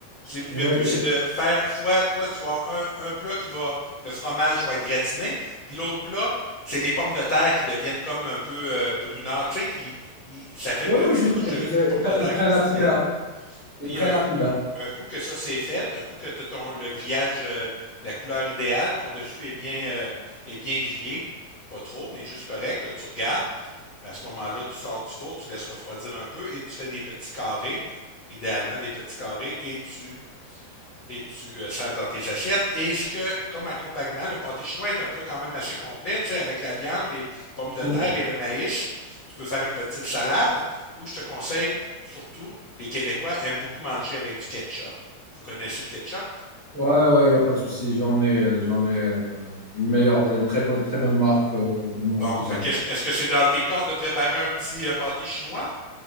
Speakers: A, on the left (about 75°); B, on the left (about 45°).
A: Le
B: Oui,
A: but,
B: oui.
A: c'est de faire soit toi, tu vas avoir un, un plat qui va, le fromage va être gratiné, puis l'autre plat, c'est les pommes de terre qui deviennent comme un peu euh, brunâtres, tu sais, qui, qui- ça fait
B: Oui,
A: une petite
B: oui, je sais,
A: couche de,
B: je sais.
A: de pommes de terre
B: Il prend
A: croustillant.
B: la couleur. Ils
A: Puis
B: prennent
A: un coup,
B: la couleur.
A: un coup que ça c'est fait, un coup que t'as ton, le grillage, euh, la couleur idéale, ton dessus est bien, euh, est bien grillé, pas trop, mais juste correct, là, tu regardes. À ce moment-là, tu sors du four, tu laisses refroidir un peu et tu fais des petits carrés, idéalement des petits carrés, et tu et tu euh, sers dans tes assiettes. Et ce que, comme accompagnement, le pâté chinois est un plat quand même assez complet, tu sais, avec la viande, les pommes de
B: Mm.
A: terre et le maïs. Tu peux faire une petite salade, ou je te conseille, surtout, les Québécois aiment beaucoup manger avec du ketchup. Vous connaissez le ketchup?
B: Ouais, ouais, il n'y a pas de souci. J'en ai, euh, j'en ai euh, une meilleure, euh, très bonne, très bonne marque euh, dans mon
A: Bon,
B: réfrigérateur.
A: fait que est-ce est-ce que c'est dans tes cordes de préparer un petit euh, pâté chinois?